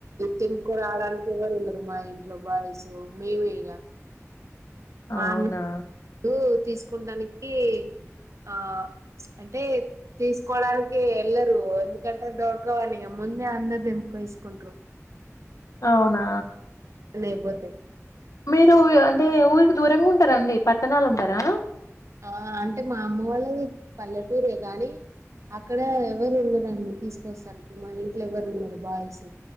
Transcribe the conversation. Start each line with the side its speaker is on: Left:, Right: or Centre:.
Right: తేప్ కొరాడానికి ఎవరు ఉండరు మా ఇంట్లో బాయ్స్ మేమే ఇగ మా
Left: అవునా
Right: అన్న కు తీసుకుటానికి ఆ మ్చ్ అంటే తీసుకోడానికి ఎల్లరు ఎందుకంటే దొరకవాని ఇగ ముందే అందరు దెంపేసుకుంట్రారు
Left: అవునా
Right: లే పోతే
Left: మీరు అంటే ఊరికి దూరంగుంటారా అండి పట్టణాలూటారా
Right: ఆ అంటే మా అమ్మ వాళ్లది పల్లెటూరే గానీ అక్కడ ఎవరు ఉన్నారండి తీసుకొస్తానికి మా ఇంట్లో ఎవరు ఉండరు బాయ్స్